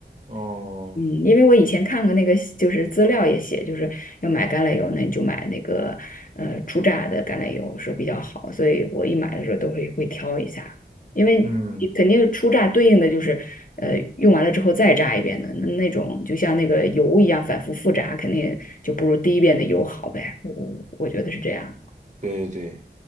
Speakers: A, on the right (about 40°); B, on the left (about 45°).
A: 哦，
B: 嗯，因为我以前看过那个，就是资料也写，就是要买橄榄油，那你就买那个呃初榨的橄榄油说比较好，所以我一买的时候都会会挑一下，因为你肯定初榨对应的就是呃用完了之后再榨一遍的，
A: 嗯
B: 那那种就像那个油一样反复复榨，肯定就不如第一遍的油好呗，我我我觉得是这样。
A: 对对对，